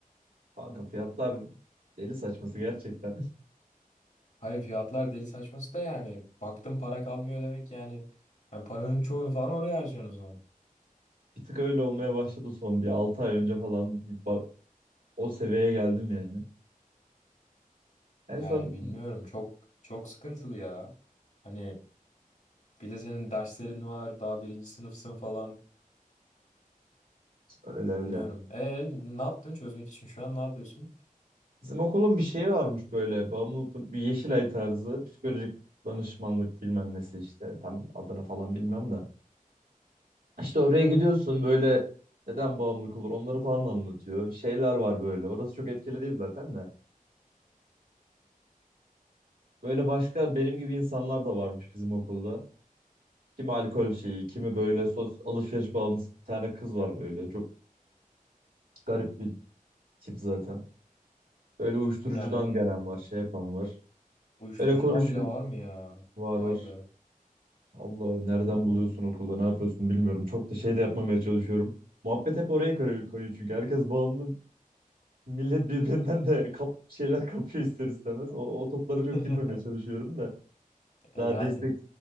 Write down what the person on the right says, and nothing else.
kanka fiyatlar deli saçması gerçekten. <laughs>
Bir tık öyle olmaya başladı son bir 6 ay önce falan bir ba- o seviyeye geldim yani. En
son
öyle öyle
Bizim okulun bir şeyi varmış böyle bağımlılık bir Yeşilay tarzı psikolojik danışmanlık bilmem nesi işte tam adını falan bilmiyorum da. İşte oraya gidiyorsun böyle neden bağımlılık olur onları falan anlatıyor. Şeyler var böyle orası çok etkili değil zaten de. Böyle başka benim gibi insanlar da varmış bizim okulda. Kimi alkol şeyi kimi böyle sos alışveriş bağımlısı bir tane kız var böyle çok garip bir tip zaten. Böyle uyuşturucudan
gelen var şey yapan var.
Böyle konuşuyor
var
var.
Allah nereden buluyorsun okulda ne yapıyorsun bilmiyorum. Çok da şey de yapmamaya çalışıyorum. Muhabbet hep oraya kay- kayıyor çünkü herkes bağımlı. Millet birbirinden de kap şeyler kapıyor ister istemez. O, o toplara
çok girmemeye çalışıyorum da
daha
destek